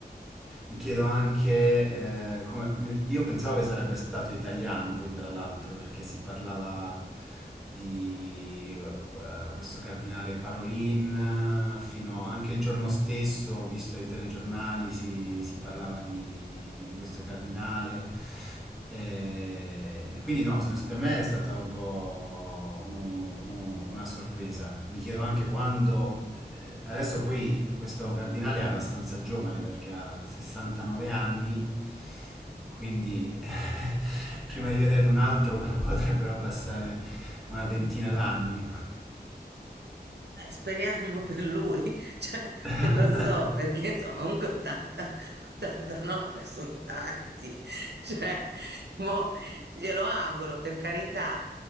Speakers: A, in the centre; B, on the right (about 80°).
A: mi chiedo anche, eh, come- io pensavo che sarebbe stato italiano poi tra l'altro perché si parlava di eh, questo cardinale Parolin, eh, fino anche il giorno stesso ho visto i telegiornali, si, si parlava di, di questo cardinale, Eh, e quindi no, se- per me è stata un po' un, una sorpresa. Mi chiedo anche quando... eh, Adesso poi questo cardinale è abbastanza giovane perché ha 69 anni, quindi <laughs> prima di vedere un altro <laughs> potrebbero passare una ventina d'anni.
B: Eh, speriamo per lui, <laughs> cioè,
A: <laughs>
B: non lo so, perché insomma, comunque 80, 89 sono tanti, <laughs> cioè, mo, glielo auguro, per carità.